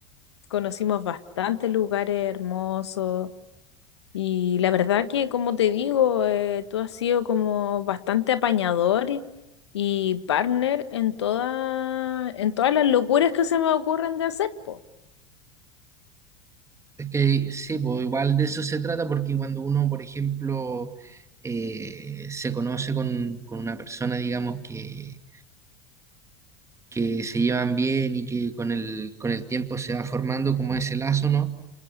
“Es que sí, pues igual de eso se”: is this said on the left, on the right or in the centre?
Right